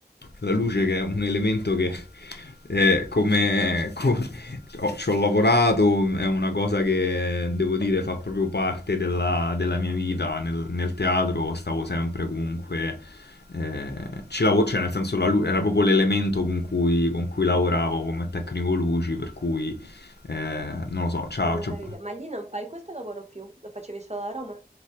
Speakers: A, on the left; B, on the right.
A: la luce che è un elemento che eh, come co- ho- ci ho lavorato, è una cosa che devo dire fa proprio parte della, della mia vita. Nel, nel teatro stavo sempre comunque, eh, ci lavo- cioè nel senso la lu- era proprio l'elemento con cui, con cui lavoravo come tecnico luci, per cui eh, non lo so, ciao.
B: Che meraviglia.
A: ciao.
B: Ma lì non fai questo lavoro più, lo facevi solo a Roma?